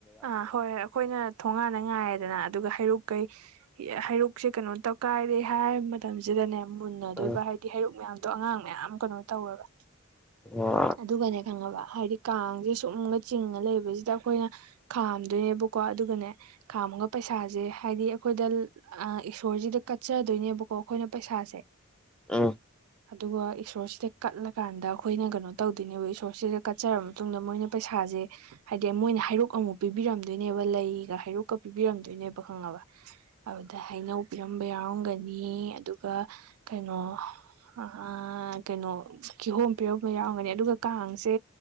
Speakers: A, on the right; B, in the centre.
A: ꯑꯥ ꯍꯣꯏ ꯍꯣꯏ ꯑꯩꯈꯣꯏꯅ ꯊꯣꯡꯉꯥꯟꯅ ꯉꯥꯏꯔꯦꯗꯅ ꯑꯗꯨꯒ ꯍꯩꯔꯨꯛ ꯀꯩ ꯍꯩꯔꯨꯛ ꯁꯦ ꯀꯩꯅꯣ ꯇꯧ ꯀꯥꯏꯔꯦ ꯍꯥꯏꯕ ꯃꯇꯝꯁꯤꯗꯅꯦ ꯃꯨꯟꯅꯗꯣꯏꯕ
B: ꯎꯝ
A: ꯍꯥꯏ ꯍꯩꯔꯨꯛ ꯃꯌꯥꯝꯗꯣ ꯑꯉꯥꯡ ꯃꯌꯥꯝ ꯀꯩꯅꯣ ꯇꯧꯔꯒ
B: ꯎꯝ
A: ꯑꯗꯨꯒꯅꯦ ꯈꯪꯉꯕ ꯍꯥꯏꯗꯤ ꯀꯥꯡꯁꯦ ꯁꯨꯝꯒ ꯆꯤꯡꯉ ꯂꯩꯕꯁꯤꯗ ꯑꯩꯈꯣꯏꯅ ꯈꯥꯝꯗꯣꯏꯅꯦꯕꯀꯣ ꯑꯗꯨꯒꯅꯦ ꯈꯥꯝꯃꯒ ꯄꯩꯁꯥꯁꯦ ꯍꯥꯏꯗꯤ ꯑꯩꯈꯣꯏꯗ ꯑ ꯏꯁꯣꯔꯖꯤꯗ ꯀꯠꯆꯗꯣꯏꯅꯦꯕꯀꯣ ꯑꯩꯈꯣꯏꯅ ꯄꯩꯁꯥꯁꯦ
B: ꯑ
A: ꯍ ꯑꯗꯨꯒ ꯏꯁꯣꯔꯁꯤꯗ ꯀꯠꯂꯀꯥꯟꯗ ꯑꯩꯈꯣꯏꯅ ꯀꯩꯅꯣ ꯇꯧꯗꯣꯏꯅꯦꯕ ꯏꯁꯣꯔꯁꯤꯗ ꯀꯠꯆꯔꯕ ꯃꯇꯨꯡꯗ ꯃꯣꯏꯅ ꯄꯩꯁꯥꯁꯦ ꯍꯥꯏꯗꯤ ꯃꯣꯏꯅ ꯍꯥꯏꯔꯣꯛ ꯑꯃꯨꯛ ꯄꯤꯕꯤꯔꯝꯗꯣꯏꯅꯦꯕ ꯂꯩꯒ ꯍꯩꯔꯨꯛꯀ ꯄꯤꯕꯤꯔꯝꯗꯣꯏꯅꯦꯕ ꯈꯪꯉꯕ ꯑꯗꯨꯗ ꯍꯩꯅꯧ ꯔꯝꯕ ꯌꯥꯎꯔꯝꯒꯅꯤ ꯑꯗꯨꯒ ꯀꯩꯅꯣ ꯑ ꯀꯩꯅꯣ ꯀꯤꯍꯣꯝ ꯄꯤꯔꯝꯕ ꯌꯥꯎꯔꯝꯒꯅꯤ ꯑꯗꯨꯒ ꯀꯥꯡꯁꯦ